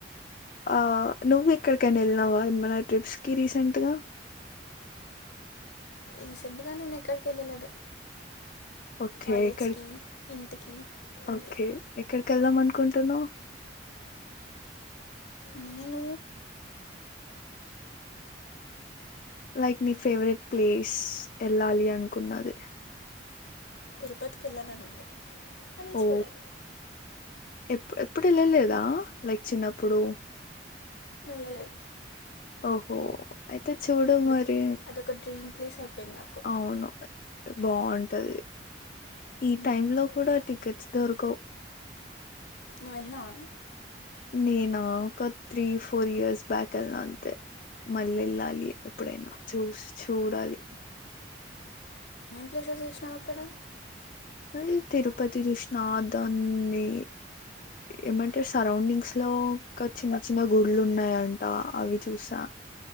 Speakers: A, on the left; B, on the left.
A: ఆ నువ్వు ఇక్కడికనా వెళ్ళినవా మన ట్రిప్స్ కి రీసెంట్గా
B: రీసెంట్గా నేను ఎక్కడికి వెళ్ళలేదు
A: ఓకే
B: కాలేజ్కి
A: ఎక్కడికి
B: ఇంటికి అంతే
A: ఓకే ఎక్కడికి వెళ్దాం అనుకుంటును
B: నేను
A: లైక్ నీ ఫేవరెట్ ప్లేస్ వెళ్ళాలి అనుకున్నది
B: తిరుపతికి వెళ్లాలని ఉంది అని
A: ఓ
B: చూడాలి
A: ఎప్పు ఎప్పుడు వెళ్ళలేదా లైక్ చిన్నప్పుడు
B: వెళ్ళలేదు
A: ఓహో అయితే చూడు
B: అందుకే
A: మరి
B: అదొక డ్రీమ్ ప్లేస్ అయిపోయింది నాకు
A: అవును బాగుంటది ఈ
B: నువ్వు
A: టైమ్ లో కూడా టికెట్స్ దొరకవు
B: నువ్వెన్నావా
A: నేనా ఒక త్రీ ఫోర్ ఇయర్స్ బ్యాక్ వెళ్లా అంతే మళ్ళీ వెళ్ళాలి ఎప్పుడైనా చూసి చూడాలి
B: పలేసో చూసినాం అక్కడ
A: అ తిరుపతి చూసిన దాన్ని ఏమంటారు సరౌండింగ్స్ లో ఒక చిన్న చిన్న గుళ్లు ఉన్నాయంట అవి చూసా